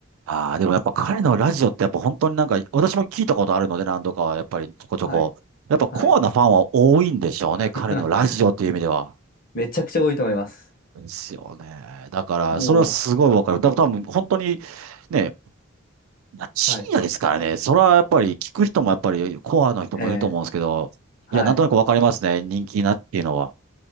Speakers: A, on the right (about 80°); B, on the left (about 45°).
A: ああ、でもやっぱ彼のラジオってやっぱ本当になんか、私も聞いたことあるので何度かはやっぱりちょこちょこ。
B: はい。
A: やっぱコアなファンは多いんでしょうね。
B: はい。<laughs>
A: 彼のラジオっていう意味では。
B: めちゃくちゃ多いと思います。
A: ですよね。だから、
B: も
A: それはすごいわかる。だから多分本当にね、深夜ですからね。
B: う、はい。
A: それはやっぱり聞く人もやっぱりコアの人もいると思うんですけど、
B: ええはい。
A: いや、なんとなくわかりますね。人気なっていうのは。